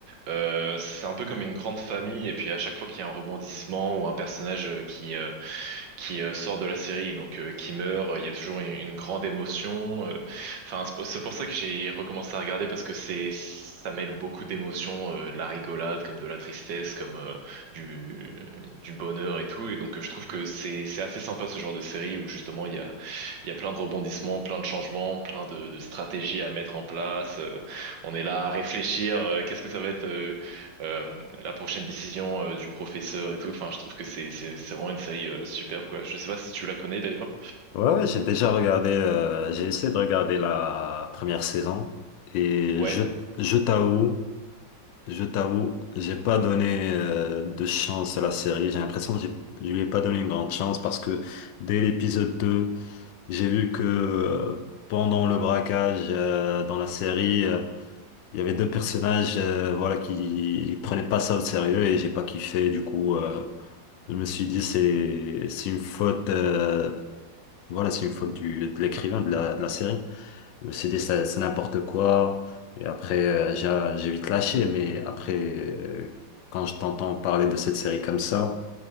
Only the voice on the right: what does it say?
Euh, c'est un peu comme une grande famille, et puis à chaque fois qu'il y a un rebondissement ou un personnage euh, qui euh, qui euh, sort de la série, donc euh, qui meurt, euh, il y a toujours une, une grande émotion. euh. Enfin, c'est pour c'est pour ça que j'ai recommencé à regarder parce que c'est ça mêle beaucoup d'émotions, euh, de la rigolade, comme de la tristesse, comme euh, du du bonheur et tout. Et donc euh, je trouve que c'est c'est assez sympa ce genre de série où justement il y a il y a plein de rebondissements, plein de changements, plein de de stratégies à mettre en place. euh, on est là à réfléchir, euh, qu'est-ce que ça va être. euh, euh, la prochaine décision euh, du professeur et tout. Enfin, je trouve que c'est c'est c'est vraiment une série euh, superbe quoi. Je sais pas si tu la connais d'ailleurs.
Ouais.